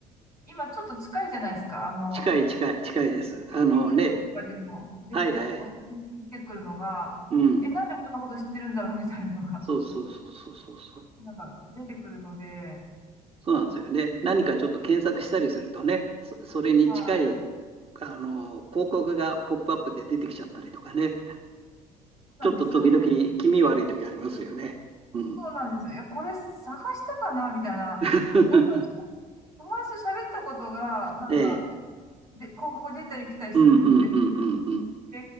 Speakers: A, on the right; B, on the right.
A: 今ちょっと近いじゃないですか。あの、
B: 近い近い近いです。あのね、
A: YouTube とかでも出て、
B: はいはい。
A: お出てくるのが、
B: うん。
A: え、なんでこんなこと知ってるんだろう <laughs> みたいなのが、
B: そうそうそうそうそうそう。
A: なんか出てくるので、
B: そうなんですよね。何かちょっと検索したりするとね、そ、それに近い、
A: はい。
B: あの、広告がポップアップで出てきちゃったりとかね。
A: そうなんですよね。
B: ちょっと時々気味悪い時ありますよね。うん。
A: そうなんです。いや、これ探したかなみたいな。
B: <laughs>
A: なんか、友達と喋ったことが、なんか、
B: ええ。
A: で、広告出たり来たりするんです
B: うんうんうんうんうん。
A: え、